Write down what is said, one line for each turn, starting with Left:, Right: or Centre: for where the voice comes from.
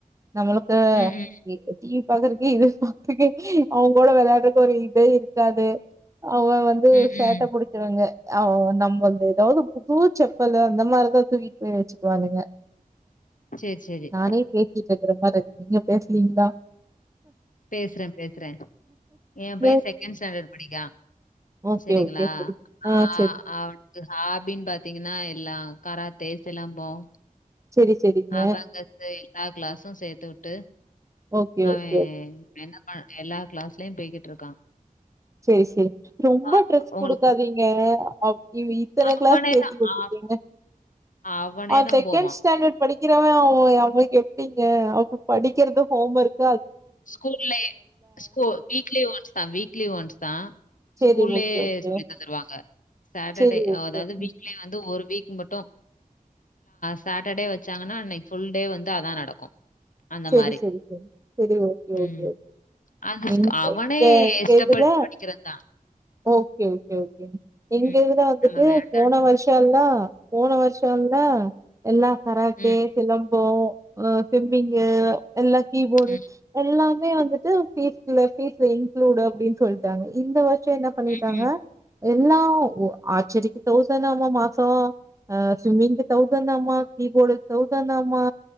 Right: நம்மளுக்கு.
Left: ம் ம்
Right: <unintelligible> <unintelligible> இது <unintelligible> அவங்களோட விளையாடுறது ஒரு இதே இருக்காது. அவ வந்து
Left: ம்
Right: சேட்ட
Left: ம்
Right: புடிச்சவங்க. ஆஹ நம். வந்து எதாவது புதூச்சப். ப்பலு அந்த மாரிதா தூகிட்டு போய் வச்சுக்குவானுங்க.
Left: சேரி சேரி
Right: நானே பேசிட்டு இருக்கிற மாரி இருக். நீங்க பேசலீங்களா
Left: பேசுறேன் பேசுறேன் என் பையன்
Right: மூவி
Left: செகண்ட் ஸ்டாண்டர்ட் படிக்கிறான்
Right: ஓகே
Left: செரிங்களா
Right: ஓகே சரி ஆ
Left: ஆஹ்
Right: சரி
Left: அவ ஹாபின்னு பாத்தீங்கன்னா எல்லாம் கராத்தே சிலம்பம்
Right: சரி சரிங்க
Left: அபாகஸ் ஸ்டைல் எல்லா கிளாஸும் சேர்த்து வுட்டு
Right: ஓகே
Left: அவேன்
Right: ஓகே ஓகே
Left: என்ன எல்லா கிளாஸ்லயும் போய்கிட்டு இருக்கான்
Right: சேரி சேரி ரொம்ப
Left: அப்பா
Right: ட்ரெஸ்
Left: உங்களுக்கு
Right: கொடுக்காதீங்க இவன் இத்தனை
Left: அவனே
Right: கிளாஸ் சேத்துவிட்டுருக்கீங்க
Left: தான் ஆ அவனே
Right: அவன்
Left: தான்
Right: செகண்ட்
Left: போவான்.
Right: ஸ்டாண்டர்ட் படிக்கிறவன் அவனுக்கு எப்ப டிங்க அப்ப படிக்கிறது ஹோம் ஒர்க்
Left: ஸ்கூல்லே ஸ்கு வீக்லி ஒன்ஸ் தான் வீக்லி ஒன்ஸ் தான்
Right: சேரி
Left: ஸ்கூல்லயே
Right: ஓகே ஓகே
Left: சொல்லி தந்துருவாங்க சாட்டர்டே
Right: சேரி ஓகே
Left: அதாவது
Right: ஓகே
Left: வீக்லே வந்து ஒரு வீக் மட்டும் சாட்டர்டே வச்சாங்கன்னா அன்னைக்கு புல் டே வந்து அதான் நடக்கும் அந்த
Right: செரி
Left: மாரி.
Right: செரி செரி செரி ஓ கே
Left: ம்.
Right: ஓகே ஓகே
Left: அது ஸ்
Right: எங்க
Left: அவனே இஷ்டப்பட்டு
Right: இதுல
Left: படிக்கிறது தான்.
Right: ஓகே ஓகேங்க எங்க
Left: ம்.
Right: இதுல வந்துட்டு
Left: நம்ம வேண்டான்னு
Right: போன வருஷம் எல் லாம் போன வருஷம் எல்லாம் எல்லாம் கராத்தே
Left: ம்,
Right: சிலம் போவோம் அதான் செஞ்சி எல்லாம்
Left: ம்,
Right: கீபோர்டு
Left: ம்,
Right: எல்லாம் வந்துட்டு பீஸ்ல பீஸ் இன்க்ளூட் அப்படின்னு சொல்லிட்டாங்க இந்த வரு ஷம் என்ன பண்ணிட்டாங்க
Left: ம்,
Right: எல்லாம் ஆச்சரிக்கு தௌசனாம மாசம் ஸ்விம்மிங்க்கு தௌசனாமா கீபோர்டுக்கு தௌசனாமா